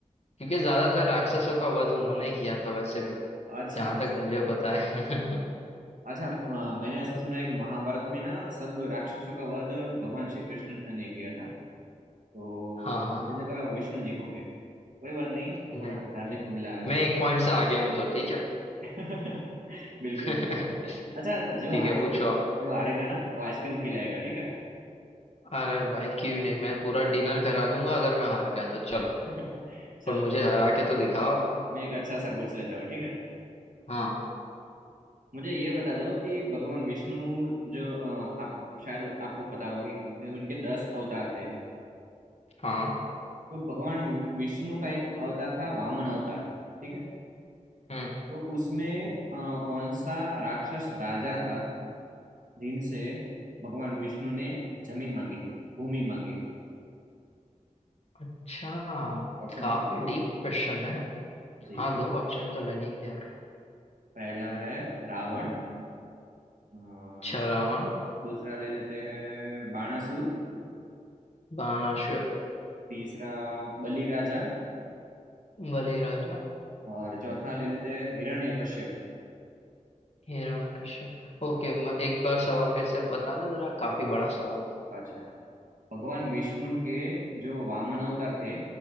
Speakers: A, on the left; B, on the right.
A: क्योंकि ज्यादातर राक्षसों का वध उन्होंने ही किया था वैसे भी
B: अच्छा
A: जहां
B: अच्छा।
A: तक मुझे पता है <laughs>
B: अच्छा अ, मैंने ऐसा सुना है कि महाभारत में ना सब राक्षसों का वध भगवान श्री कृष्ण ने किया था तो
A: हाँ हाँ
B: मुझे
A: हाँ
B: लगा विष्णु जी होंगे कोई बात नहीं
A: नहीं
B: थोड़ा जानने
A: नहीं।
B: को मिला आज
A: मैं एक पॉइंट से आगे हूँ तो ठीक है
B: <laughs> बिल्कुल
A: <laughs>
B: बिल्कुल अच्छा जो
A: ठीक
B: हारे
A: है पूछो आप
B: जो हारेगा ना वो आइसक्रीम खिलाएगा ठीक है
A: अरे भाई क्यों नहीं मैं पूरा डिनर करा दूंगा अगर मैं हार गया तो चलो
B: <laughs> चलो
A: पर मुझे
B: चलो,
A: हरा के तो दिखाओ
B: मैं एक अच्छा सा पूछ लेता हूँ ठीक है
A: हाँ
B: मुझे ये बता दो कि भगवान विष्णु जो अ, आप शायद आपको पता होगी वे- उनके दस अवतार थे
A: हाँ
B: तो भगवान वि- विष्णु का एक अवतार था वामन अवतार ठीक है
A: हम्म
B: तो उसमें अ, कौन सा राक्षस राजा था जिनसे भगवान विष्णु ने जमीन मांगी थी भूमि मांगी थी
A: अच्छा
B: ऑप्शन
A: काफी
B: दो
A: डीप क्वेश्चन है
B: जी
A: हाँ दो ऑप्शन तो लगेंगे यार
B: पहला है रावण अ,
A: अच्छा
B: दू,
A: रावण
B: दूसरा ले लेते हैं बाणासुर
A: बाणासुर
B: तीसरा बलि राजा
A: बलि राजा
B: और चौथा ले लेते हैं हिरण्यकश्यप
A: हिरण्यकश्यप ओके म- एक बार सवाल फिर से बताना जरा
B: जी
A: काफी बड़ा सवाल था
B: अच्छा भगवान विष्णु के जो वामन अवतार थे